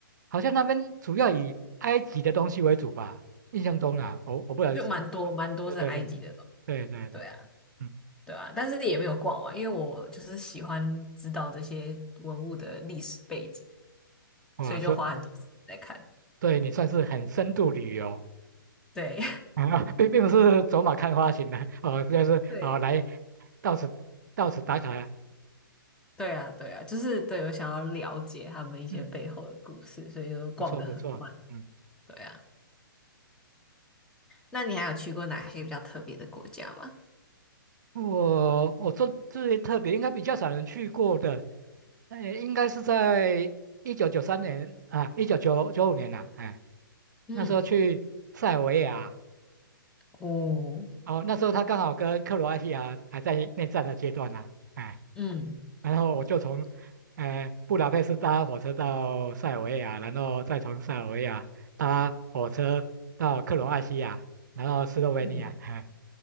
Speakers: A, on the right (about 55°); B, in the centre.
A: 好像那边主要以埃及的东西为主吧，印象中啦，我我不能，
B: 就蛮多蛮多是埃及的东西，
A: 对对对对对对，
B: 对啊，
A: 嗯，
B: 对啊，但是也没有逛完，因为我就是喜欢知道这些文物的历史背景，
A: 哇，
B: 所以就花很多时间在看，
A: 说对你算是很深度旅游。
B: 对，
A: <laughs> 啊，并并不是走马看花型的哦，就是哦来
B: <laughs> 对，
A: 到此到此打卡呀。
B: 对啊，对啊，就是对我想要了解他们一些背后的故事，
A: 嗯，嗯
B: 所以就逛得很慢，
A: 不错不错。嗯，
B: 对啊。那你还有去过哪些比较特别的国家吗？
A: 我我这最特别应该比较少人去过的，呃，应该是在一九九三年啊，一九九九五年了，哎，
B: 嗯，
A: 那时候去塞尔维亚，
B: 哦，
A: 哦，那时候他刚好跟克罗埃西亚还在内战的阶段呢、哎
B: 嗯
A: 然后我就从，呃，布达佩斯搭火车到塞尔维亚，然后再从塞尔维亚搭火车到克罗埃西亚，然后斯洛维尼亚，
B: 嗯，
A: <laughs> 哎